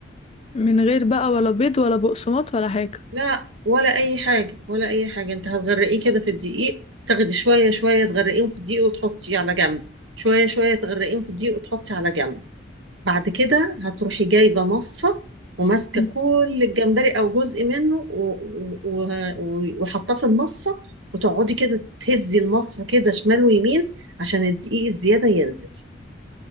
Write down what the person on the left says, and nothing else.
من غير بقى ولا بيض ولا بقسماط ولا حاجة
مم.